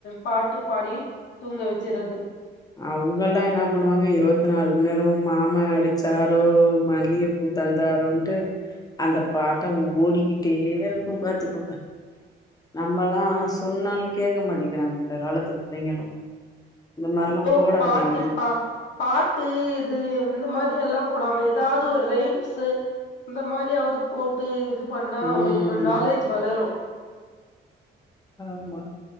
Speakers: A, on the left; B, on the left.
A: பாட்டு பாடி தூங்க வெச்சிர்றது.
B: அவுங்கலா என்னா பண்ணுவாங்க இருவத்து நாலு மண் நேரமு மாம அடிச்சாரோ மல்லிகப்பூ தந்தாரோன்ட்டு அந்த பாட்ட ஓடிகிட்டேருக்கு பாத்துகோங்க நம்மலா சொன்னாலு கேக்க மாட்டிங்கிறாங்க இந்த காலத்து பிள்ளைங்களு இந்த மாரிலா
A: எதோ
B: போடாதீங்க
A: பாட்டு பா பாட்டு இது வந் இந்த மாரி எல்லா போடாம எதாது ஒரு ரெய்ம்ஸு இந்த மாரியாவுது போட்டு இது பண்ணா உங்களுக்கொரு
B: ம்
A: நாலேஜ் வளரு
B: ஆமா